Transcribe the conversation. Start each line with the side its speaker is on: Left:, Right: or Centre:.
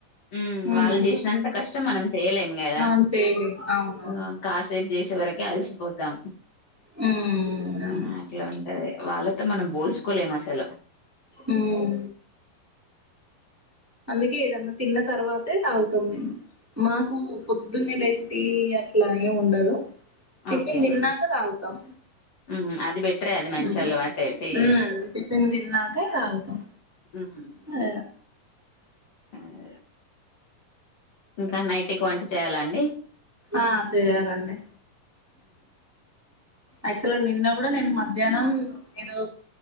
Left: ఉ
Centre: ఉమ్,
Left: వాళ్ళు చేసినంత కష్టం మనం చేయలేము కదా
Centre: మనం చేయలేం అవునవును
Left: ఆ కాసేపు చేసే వరకే అలసిపోతాం
Centre: హ్మ్ అవును
Left: ఆ అట్లా ఉంట ఏ వాళ్ళతో మనం పోల్చుకోలేము అసలు
Centre: హ్మ్ అందుకే ఏదన్నా తిన్న తర్వాతే తాగుతాం మేము మాకు పొద్దున్నే లేచ టీ అట్లా ఏం ఉండదు టిఫిన్
Left: ఓకే.
Centre: తిన్నాక
Left: హ్మ్.
Centre: తాగుతాం
Left: హ్మ్. అది బెటరే అది మంచి
Centre: ఉ
Left: అలవాటే. టీ
Centre: ఊ టిఫిన్ తిన క తగుతమ
Left: హ్మ్.
Centre: ఆ
Left: ఆహ్, ఇంకా నైటిక్ వంటి చేయాలండి
Centre: ఆ చేయాలండి యాక్టువల్గా నిన్న కూడా నేను మధ్యాహ్నం ఏదో